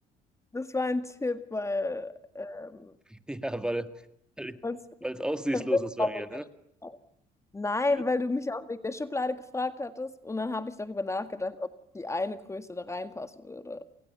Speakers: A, on the left (about 15°); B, in the centre.
A: Das war ein Tipp, weil, ähm,
B: <laughs> Ja, weil, weil,
A: weil es
B: weil es aussichtslos
A: verwirrt
B: ist bei
A: war
B: mir,
A: wegen
B: ne?
A: der Schublade. Nein,
B: Mhm.
A: weil du mich auch wegen der Schublade gefragt hattest und dann habe ich darüber nachgedacht, ob die eine Größe da reinpassen würde.